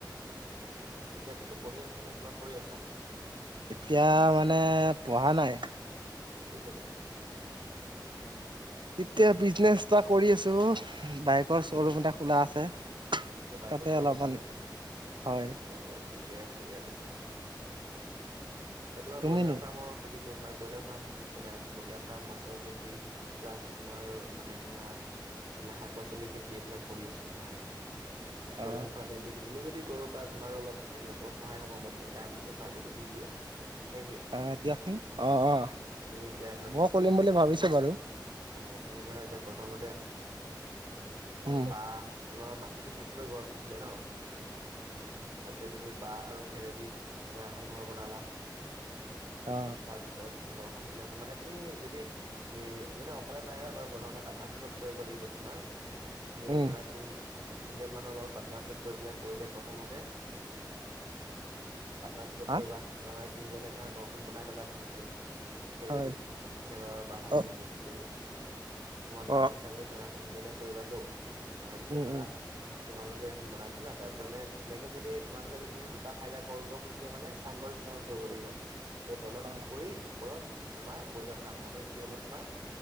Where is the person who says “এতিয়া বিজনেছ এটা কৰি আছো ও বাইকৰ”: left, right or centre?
Right